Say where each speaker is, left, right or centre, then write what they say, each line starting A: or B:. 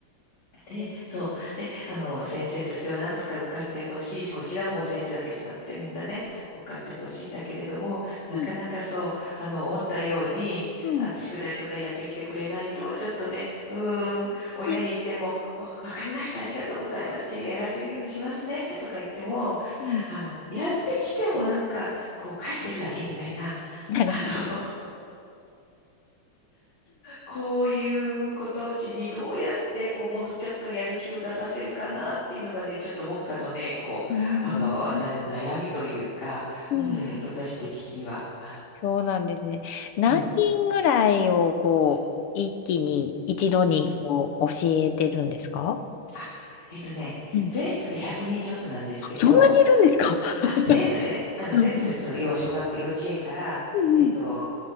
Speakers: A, on the left; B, on the left.
A: で、そう。で、あの、先生としては何とか受かってほしいし、こちらももう先生だけじゃなくてみんなね、受かってほしいんだけれども、なかなかそう、
B: うん
A: あの、思ったように、
B: うん
A: あの、宿題とかやってきてくれないと、ちょっとね、うーん、親に言っても、
B: うん
A: おわかりました、ありがとうございます、じゃあやらせるようにしますね、とか言っても、
B: うん
A: あの、やってきてもなんか、こう書いてるだけみたいな、
B: なるほど。
A: <laughs> こういうことうちにどうやってこうもうちょっとやる気を出させるかなっていうのがね、ちょっと目下のね、こう、
B: うん
A: あの、な、悩みというか、
B: うん
A: うん、私的には。あ
B: そうなんですね。何人ぐらいをこう、
A: うん、うん、
B: 一気に、一度にこう、
A: うん。
B: 教えてるんですか
A: あ、えっとね、
B: うん。
A: 全部で100人ちょっとなんですけど、
B: そんなにいるんですか
A: あ、全部でね、
B: <laughs>
A: あの、
B: うんうん
A: 全部ってそう要は小学、幼稚園から、
B: うんうん。
A: えっと、